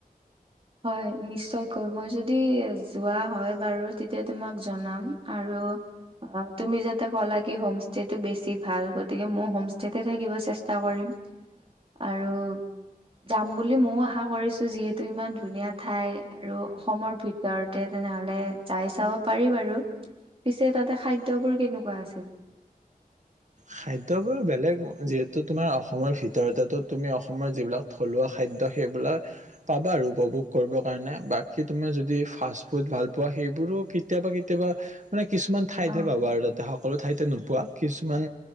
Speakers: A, on the right; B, on the right.
A: হয় নিশ্চয়কৈ মই যদি যোৱা হয় বাৰু তেতিয়া তোমাক জনাম। আৰু তুমি যাতে কলা কি হোমষ্টেতে টো বেছি ভাল গতিকে ময়ো হোমষ্টতে থাকিব চেষ্টা কৰিম আৰু যাম বুলি মইয়ো আশা কৰিছো যিহেতু ইমান ধুনীয়া ঠাই আৰু অসমৰ ভিতৰতে তেনেহলে যাই চাব পাৰি বাৰু, পিছে তাতে খাদ্যবোৰ কেনেকুৱা আছিল?
B: খাদ্যবোৰ বেলেগ, যিহেতু তোমাৰ অসমৰ ভিতৰতে তুমি অসমৰ যিবিলাক থলুৱা খাদ্যৰ সেইবিলাক পাবা আৰু উপভোগ কৰিব কাৰণে, বাকী তোমাৰ যদি ফাষ্ট ফুড ভাল পোৱা সেইবোৰো কেতিয়াবা-কেতিয়াবা মানে কিছুমান ঠাইতহে
A: অ
B: পাবা আৰু তাতে সকলো ঠাইতে নোপোৱা। পোৱা কিছুমান